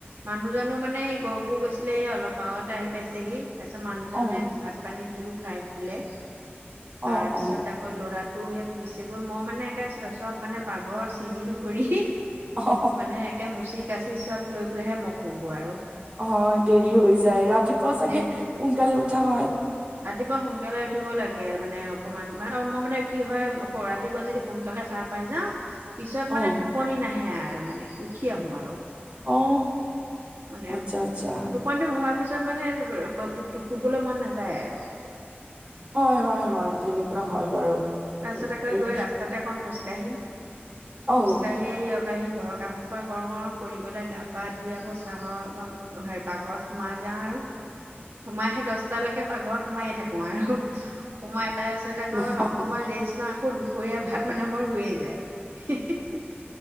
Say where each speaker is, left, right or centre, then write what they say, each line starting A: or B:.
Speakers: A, on the right (about 75°); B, on the right (about 30°).
A: মানুহজনো মানে এই গহপুৰ গৈছিলে, এই অলপ আগতে আহি পাইছেহি। তাৰপিছত মানুহজনে
B: অ
A: ভাত-পানী দিলোঁ, খাই শুলে।
B: অ
A: তাৰপিছত
B: অ
A: আকৌ লৰাটো সে শুইছেগৈ মই মানে একে চব মানে পাকঘৰ চিজিল কৰি
B: অ
A: মানে একে মুচি কাচি চব লৈ পেলাইহে মই শুংগৈ আৰু
B: অ দেৰি হৈ যায় ৰাতিপুৱা চাগে
A: দেৰি
B: সোনকালে উঠা হয়
A: ৰাতিপুৱা সোনকালে উঠিব লাগে মানে অকমান মানে মই মানে কি হয় অক ৰাতিপুৱা যদি সোনকালে সাৰ পাই যাওঁ পিছত
B: অ
A: মানে টোপনি নাহে আৰু মানে উঠি আহো আৰু
B: অ
A: মানে
B: আচ্ছা আচ্ছা
A: টোপনিটো ভগা পিছত মানে শুবলৈ মন নাযায় আৰু
B: হয় হয় হয় তেনেকুৱা হয় বাৰু
A: তাৰ
B: হেৰি
A: পিছত আকৌ গৈ ৰাস্তাতে এখন খোজ কাঢ়িম
B: অ
A: খোজকাঢ়ি আহি আহি আক ঘৰৰ কাম সুপা কৰোঁ আৰু কৰি পেলাই গা পা ধুই আকৌ চাহৰ হে পাকঘৰত সোমাই যাওঁ আৰু সোমাইহে দহ টালৈকে পাকঘৰত সোমাইয়ে থাকো আৰু সোমাই তাৰ পিছত
B: অ অ অ
A: ৰেছ লৌ আকৌ দুপৰীয়া ভাতৰ বনাবৰ হৈয়ে যায়